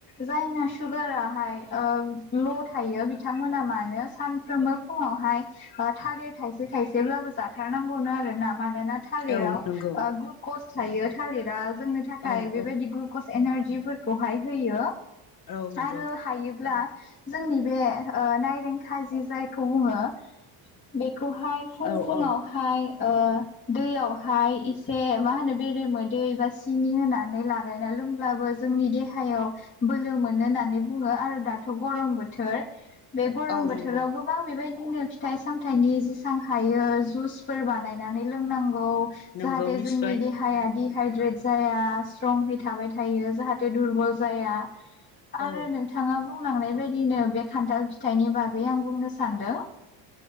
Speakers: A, on the left; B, on the left.
A: जायना सुगाराहाय ल' थायो बिथांमोना मानो सानफ्रोमबो फुङावहाय थालिर थाइसे थाइसेब्लाबो जाथारनांगौनो आरोना मानोना थालिराव
B: औ नंगौ
A: ओ ग्लुकस थायो थालिरा जोंनो थाखाय
B: औ
A: बेबायदि
B: औ
A: ग्रुखस एनारजिफोरखौहाय होयो
B: औ नंगौ
A: आरो हायोब्ला जोंनि बे ओ नाइरें खाइजिर जायखौ बुङो बे खौहाय फुं
B: औ
A: फुुंङावहाय
B: औ
A: ओ दैयावहाय एसे मा होनो बेरेमोदै एबा सिनि होनानै लागायना लोंब्लाबो जोंनि देहायाव बोलो मो होननानै बुङो आरो दाथ' गरम बोथोर बे गरम
B: औ
A: बोथोराव
B: नंगौ
A: गोबां बेबायदि दिनो फिथाइ सामथाइनि जेसां हायो जुसफोर बानायनानै लोंनांगौ
B: नंगौ
A: जाहाथे
B: निस्सय
A: जोंनि देहाया दिहाइद्रेट जाया स्ट्रंहै थाबाय थायो जाहाथे दुरबल जाया आरो
B: औ
A: नोंथाङाबो बुंलांनाय बायदिनो बे खान्थाल फिथाइनि बागै आं बुंनो सानदों